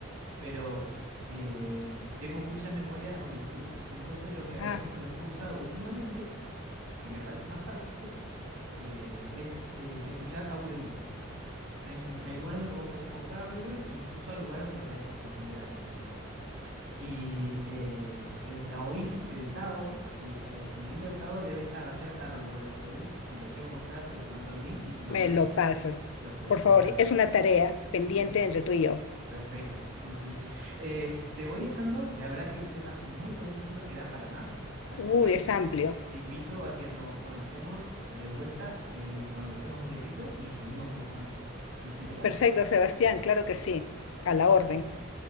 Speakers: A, on the right; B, on the left.
A: pero eh, tengo mucha memoria auditiva. Entonces, lo que,
B: Ah,
A: me- lo que he usado últimamente, que me parece más práctico, eh, es eh, escuchar audiolibros. Hay, hay lugares donde vos podés comprar audiolibros, e incluso hay lugares donde lo podés conseguir gratis, digamos. Y eh, el taoísmo, el Tao, el, ta- el- el libro del Tao debe estar, debe andar dando vueltas por ahí. Si lo llego a encontrar, te le mando el link y si no,
B: me
A: bueno,
B: lo
A: pues,
B: pasas.
A: lo puedes
B: Por
A: comprar.
B: favor, es una tarea pendiente
A: Sí, sí.
B: entre tú y yo.
A: Perfecto, sí, sí. Eh, te voy dejando, la verdad que un tema muy, pero muy interesante que da para más, así
B: Uy,
A: que
B: es amplio.
A: te invito a que nos conectemos de vuelta en el- cuando tengas un tiempito y seguimos conversando. No sé si te parece.
B: Perfecto, Sebastián, claro que sí. A la orden.